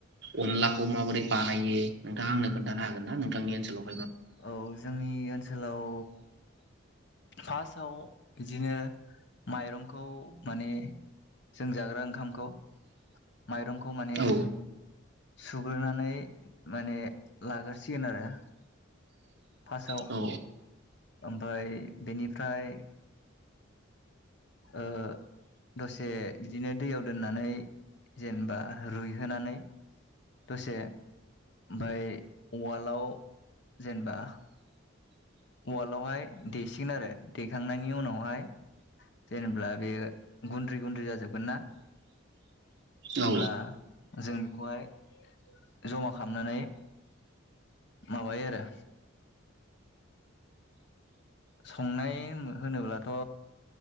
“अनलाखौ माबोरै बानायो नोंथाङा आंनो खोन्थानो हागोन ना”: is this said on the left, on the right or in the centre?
Right